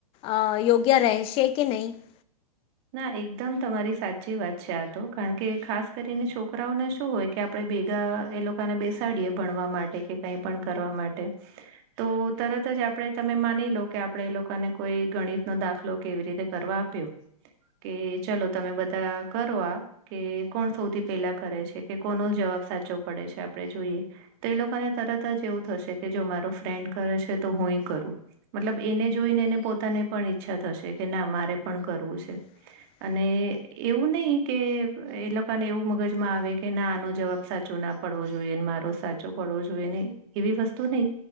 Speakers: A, on the left; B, on the right.
A: અ યોગ્ય રહેશે કે નહી. <inaudible>
B: ના એકદમ તમારી સાચી વાત છે. આ તો કારણ કે, ખાસ કરીને છોકરાઓને શું હોય કે આપડે ભેગા એ લોકોને બેસાડીએ ભણવા માટે કે કઈ પણ કરવા માટે તો તરત જે આપણે તમે માનીલો કે, આપણે એ લોકોને કોઈ ગણિતનોો દાખલો કેવી રીતે કરવા આપ્યો. કે ચલો તમે બધા કરો આ કે કોણ સૌથી પહેલા કરે છે કે કોનો જવાબ સાચો પડે છે આપણે જોઈએ તો એ લોકોને તરત જ એવું થશે કે જો મારો ફ્રેન્ડ કરે છે તો હ હુંય કરું મતલબ એને જોઈને એને પોતાને પણ ઈચ્છા થશે કે ના મારે પણ કરવું છે
A: <inaudible>
B: અને એવું નહી કે એ લોકોને એવું મગજમાં આવે કે ના આનો જવાબ સાચો ના આપે ડ જોઈ મારો સાચો પડવો જોઈએને એવી વસ્તુ નહી